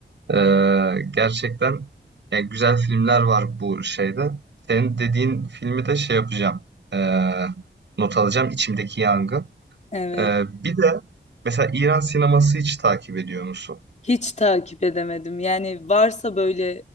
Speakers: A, on the right; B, on the left.
A: Ee, gerçekten yani güzel filmler var bu şeyde. Senin dediğin filmi de şey yapacağım. ee, not alacağım içimdeki yangın.
B: Evet.
A: Ee, bir de mesela İran sineması hiç takip ediyor musun?
B: Hiç takip edemedim. Yani varsa böyle